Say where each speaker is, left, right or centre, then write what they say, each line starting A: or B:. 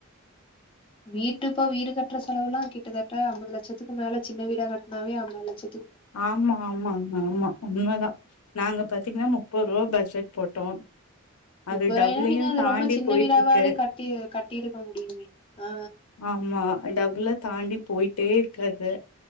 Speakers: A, on the left; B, on the left.
A: வீட்டு இப்போ வீடு கட்டுற செலவு எல்லா கிட்டத்தட்ட அம்பது லட்சத்துக்கு மேல சின்ன வீடா கட்டினாவே அம்பது லட்ச
B: ஆமா ஆமாங்க ஆமா உண்மதா நாங்க பாத்தீங்கன்னா முப்பது ரூபா பட்ஜெட் போட்டோ அது
A: முப்பது ரூபாயனா
B: டபுளையு
A: நீங்க அது
B: தாண்டி
A: ரொம்ப சின்ன
B: போயிட்டு
A: விடாவாவே
B: இருக்கு
A: கட்டி கட்டி இருக்க முடியுமே ஆ
B: ஆமா, டபுள்ல தாண்டி போயிட்டே இருக்கு அது